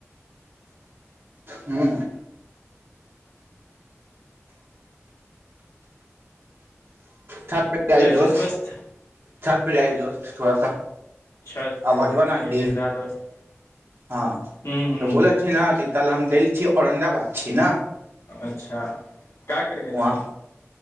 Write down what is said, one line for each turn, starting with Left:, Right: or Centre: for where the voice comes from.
Right: हू छत पे आइ
Left: बोलै
Right: दोस
Left: छै दोस्त
Right: छत <unintelligible> थोड़ा सा
Left: छत पे
Right: आवाजब
Left: ह तऽ
Right: न
Left: ठीक
Right: ती
Left: है जा दोस्त
Right: हँ
Left: ह ह
Right: तऽ बोल छी न अल हम द छी औरदााबाद छी ने
Left: अच्छा का कर गेल
Right: वहाँ
Left: छी